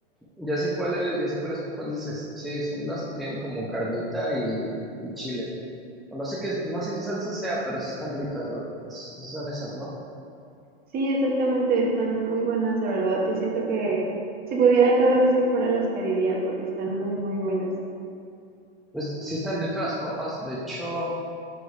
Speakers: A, in the centre; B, on the right.
A: ya sé cuáles, ya sé cuáles papas dices. Sí, son las que tienen como carnita y, y chile. No sé qué, no sé qué salsa sea, pero sí están ricas. ¿no? Es- sí son esas, ¿no?
B: Sí, exactamente, están muy buenas, de verdad, yo siento que si pudiera cada vez que fuera las pediría porque están muy, muy buenas. <laughs>
A: Pues sí están ricas las papas. De hecho.